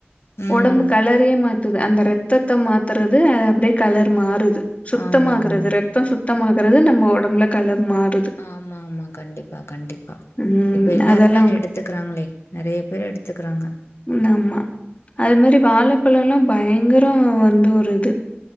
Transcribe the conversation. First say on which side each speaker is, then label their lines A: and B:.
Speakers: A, on the left; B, on the left.
A: ம்.
B: ஒடம்பு கலரயே மாத்துது அந்த ரத்தத்த மாத்துறது அது அப்டியே கலர் மாறுது து சுத்தமாகுறது
A: ஆமா ஆமாமா.
B: ரத்தோ சுத்தமாகுறது நம்ம ஒடம்புல கலர் மாறுது
A: ஆமாமா கண்டிப்பா கண்டிப்பா
B: ம்
A: இப்ப எல்லாருமே
B: அதெல்லா
A: அத எடுத் துக்கிறாங்களே நெறைய பேர் எடுத்துக்குறாங்க
B: ந ஆம்மா அது மாரி வாழப்பழல்லா பயங்கரோ வந்து ஒரு இது